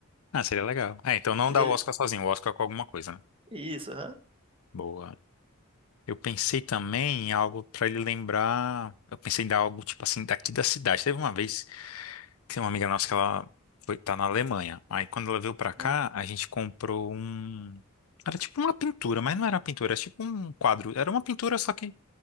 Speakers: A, on the left (about 70°); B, on the right (about 25°).
A: Ah, seria legal. É, então não
B: Que
A: dá
B: dele...
A: o Oscar sozinho, o Oscar é com alguma coisa, né?
B: Isso, aham.
A: Boa. Eu pensei também em algo pra ele lembrar. Eu pensei em dar algo, tipo assim, daqui da cidade. Teve uma vez. Tem uma amiga nossa que ela foi, tá na Alemanha. Aí quando ela veio pra
B: Uhum.
A: cá, a gente comprou um. Era tipo uma pintura, mas não era uma pintura, era tipo um quadro. Era uma pintura só que